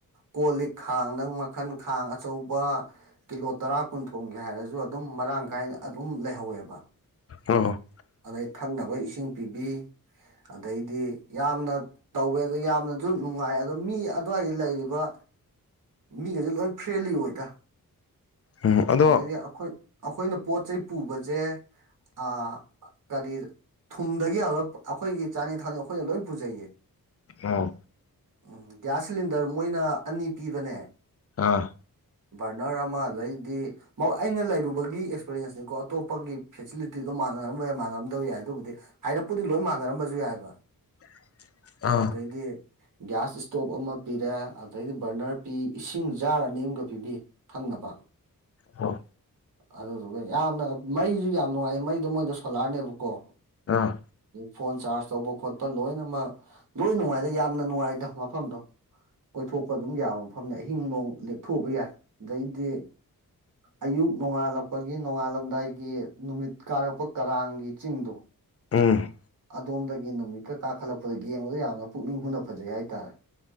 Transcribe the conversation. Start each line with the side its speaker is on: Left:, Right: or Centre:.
Right: ꯀꯣ ꯂꯤꯛ ꯈꯥꯡ ꯅꯪ ꯃꯈꯜ ꯈꯥꯡ ꯑꯆꯧꯕ ꯀꯤꯂꯣ ꯇꯔꯥ ꯄꯨꯟ ꯊꯣꯡꯒꯦ ꯍꯥꯏꯔꯖꯨ ꯑꯗꯨꯝ ꯃꯔꯥꯡ ꯀꯥꯏꯅ ꯑꯗꯨꯝ ꯂꯩꯍꯧꯌꯦꯕꯥ
Left: ꯑꯣ
Right: ꯑꯗꯩ ꯊꯛꯅꯕ ꯏꯁꯤꯡ ꯄꯤꯕꯤ ꯑꯗꯩꯗꯤ ꯌꯥꯝꯅ ꯇꯧꯋꯦ ꯑꯗꯣ ꯌꯥꯝꯅꯖꯨ ꯅꯨꯡꯉꯥꯏ ꯑꯗꯣ ꯃꯤ ꯑꯗ꯭ꯋꯥꯏꯗ ꯂꯩꯔꯤꯕ
Left: <inaudible>
Right: ꯃꯤꯈꯩꯖꯦ ꯂꯣꯏ ꯐ꯭ꯔꯦꯜꯂꯤ ꯑꯣꯏꯗꯥ
Left: ꯎꯝ ꯑꯗꯣ
Right: ꯑꯗꯩꯗꯤ ꯑꯈꯣꯏ ꯑꯈꯣꯏꯅ ꯄꯣꯠ ꯆꯩ ꯄꯨꯕꯖꯦ ꯑꯥ ꯒꯥꯔꯤꯗ ꯊꯨꯝꯗꯒꯤ ꯍꯧꯔ ꯑꯈꯣꯏꯒꯤ ꯆꯥꯅꯤ ꯊꯛꯅꯤ ꯑꯈꯣꯏꯅ ꯂꯣꯏ ꯄꯨꯖꯩꯌꯦ
Left: ꯑꯣ
Right: ꯎꯝ ꯒ꯭ꯌꯥꯁ ꯁꯤꯂꯤꯟꯗꯔ ꯃꯣꯏꯅ ꯑꯅꯤ ꯄꯤꯕꯅꯦ
Left: ꯑꯥ
Right: ꯚꯔꯅꯔ ꯑꯃ ꯑꯗꯩ ꯗꯤ ꯑꯩꯅ ꯂꯩꯔꯨꯕꯒꯤ ꯑꯦꯛꯁꯄꯔꯤꯌꯦꯟꯁꯅꯤꯀꯣ ꯑꯇꯣꯞꯄꯒꯤ ꯐꯦꯁꯤꯂꯤꯇꯤꯗꯣ ꯃꯥꯟꯅꯔꯝꯕ ꯌꯥꯏ ꯃꯥꯟꯅꯔꯝꯗꯕ ꯌꯥꯏ ꯑꯗꯨꯕꯨꯗꯤ ꯍꯥꯏꯔꯞꯄꯨꯗꯤ ꯂꯣꯏ ꯃꯥꯟꯅꯔꯝꯕꯖꯨ ꯌꯥꯏꯕ
Left: <inaudible> ꯑꯥ
Right: ꯑꯗꯩꯗꯤ ꯒ꯭ꯌꯥꯁ ꯏꯁꯇꯣꯞ ꯑꯃ ꯄꯤꯔꯦ ꯑꯗꯩꯗꯤ ꯕꯔꯅꯔ ꯄꯤ ꯏꯁꯤꯡ ꯖꯥꯔ ꯑꯅꯤꯝꯒ ꯄꯤꯕꯤ ꯊꯛꯅꯕ
Left: ꯑꯣ
Right: ꯑꯗꯨꯗꯨꯒ ꯌꯥꯝꯅ ꯃꯩꯖꯨ ꯌꯥꯝ ꯅꯨꯡꯉꯥꯏ ꯃꯩꯗꯣ ꯃꯣꯏꯗꯣ ꯁꯣꯂꯥꯔꯅꯦꯕꯀꯣ
Left: ꯑꯥ
Right: ꯐꯣꯟ ꯆꯥꯔꯖ ꯇꯧꯕ ꯈꯣꯠꯄ ꯂꯣꯏꯅꯃꯛ ꯂꯣꯏ ꯅꯨꯡꯉꯥꯏꯗ ꯌꯥꯝꯅ ꯅꯨꯡꯉꯥꯏꯗ ꯃꯐꯝꯗꯣ ꯀꯣꯏꯊꯣꯛꯄ ꯑꯗꯨꯝ ꯌꯥꯕ ꯃꯐꯝꯅꯦ ꯑꯍꯤꯡ ꯅꯣꯡ ꯂꯦꯛꯞꯊꯣꯛꯎꯕ ꯌꯥꯏ ꯑꯗꯩꯗꯤ
Left: <inaudible>
Right: ꯑꯌꯨꯛ ꯅꯣꯡꯉꯥꯜꯂꯛꯄꯒꯤ ꯅꯣꯡꯉꯥꯜꯂꯝꯗꯥꯏꯒꯤ ꯅꯨꯃꯤꯠ ꯀꯥꯔꯛꯄ ꯀꯔꯥꯡꯒꯤ ꯆꯤꯡꯗꯣ
Left: ꯎꯝ
Right: ꯑꯗꯣꯝꯗꯒꯤ ꯅꯨꯃꯤꯠꯀ ꯀꯥꯈꯠꯂꯛꯄꯗ ꯌꯦꯡꯕꯗ ꯌꯥꯝꯅ ꯄꯨꯛꯅꯤꯡ ꯍꯨꯅ ꯐꯖꯩ ꯍꯥꯏꯇꯥꯔꯦ